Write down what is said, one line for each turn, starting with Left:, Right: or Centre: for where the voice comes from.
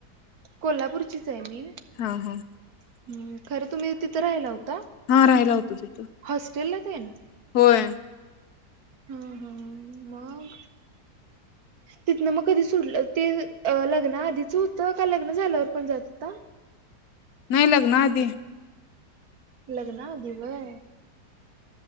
Right: कोल्हापूरचीच आहे मी.
Left: हा हा.
Right: हं, खरं तुम्ही तिथे राहियला का,
Left: हा राहायला होतो तिथं
Right: हॉस्टेलला तेन?
Left: होय
Right: हा, हा, मग तिथनं मग कधी सुटलं? ते लग्नआधीच होतं, का लग्न झाल्यावर पण जात होता?
Left: नाय लग्नाआधी.
Right: लग्नाआधी व्हय,